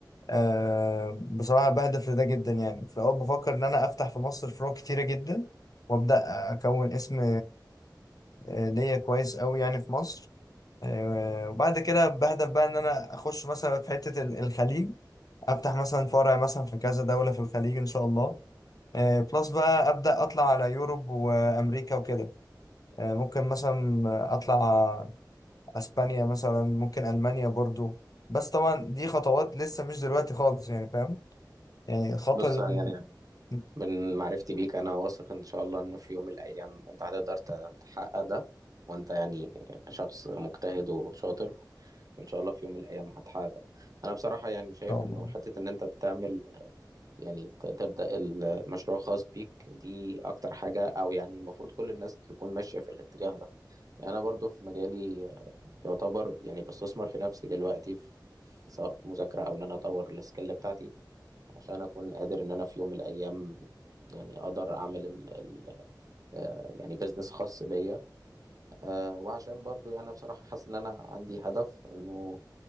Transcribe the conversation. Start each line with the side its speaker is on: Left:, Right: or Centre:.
Left: أه بصراحة بهدف لده جدا يعني في الأول بفكر إن أنا أفتح في مصر فروع كتيرة جدا وأبدأ أكون اسم آه، ليا كويس قوي يعني في مصر آه، وبعد كده بهدف بقى ان انا اخش مثلا في حتة ال- الخليج افتح مثلا فرع مثلا في كذا دولة في الخليج ان شاء الله آه، بلس بقى ابدا اطلع على يوروب وامريكا وكده آه، ممكن مثلا اطلع اسبانيا مثلا ممكن المانيا برضو بس طبعا دي خطوات لسه مش دلوقتي خالص يعني فاهم يعني الخطوة
Right: بص
Left: اللي
Right: يعني
Left: ان
Right: من معرفتي بيك انا واثق ان شاء الله انه في يوم من الايام انت هتقدر ت- تحقق ده وانت يعني شخص مجتهد وشاطر وان شاء الله في يوم من الايام هتحقق ده انا بصراحة يعني شايف
Left: شاء الله
Right: انه حتة ان انت تعمل يعني ت- تبدأ المشروع خاص بيك دي اكتر حاجة او يعني المفروض كل الناس تكون ماشية في الاتجاه ده يعني انا برضو في مجالي يعتبر يعني بستثمر في نفسي دلوقتي في سواء في مذاكرة او ان انا اطور السكيل بتاعتي عشان اكون قادر ان انا في يوم من الايام يعني اقدر اعمل ال ال آه، يعني بزنس خاص بيا آه، وعشان برضو يعني أنا بصراحة حاسس ان انا عندي هدف انه